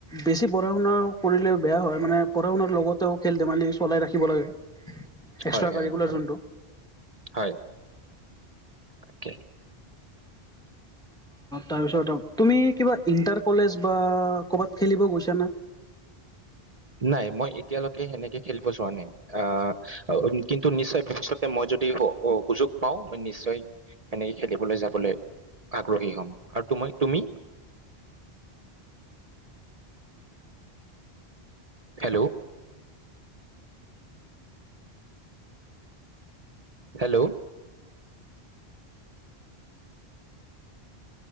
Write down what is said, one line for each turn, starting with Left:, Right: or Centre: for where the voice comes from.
Centre: বেছি পঢ়া শুনা কৰিলে বেয়া হয়, মানে পঢ়া শুনাৰ লগতেও খেল ধেমালি চলাই ৰাখিব লাগে। এক্স্ৰা
Right: হয় হয়
Centre: কাৰিকুলাৰ
Right: হয়
Centre: যোনটো।
Right: হয় তাকে।
Centre: তাৰপিছ তুমি কিবা ইণ্টাৰ কলেজ বা ক'বাত খেলিব গৈছানে?
Right: নাই মই এতিয়ালৈকে সেনেকে খেলিব যোৱা নাই, আহ কিন্তু নিশ্চয় ভৱিষ্যক মই যদি সুযোগ পাও মই নিশ্চয় সেনেকে খেলিবলৈ যাবলৈ আগ্ৰহী হম আৰু তুমি? হেল্ল' হেল্ল'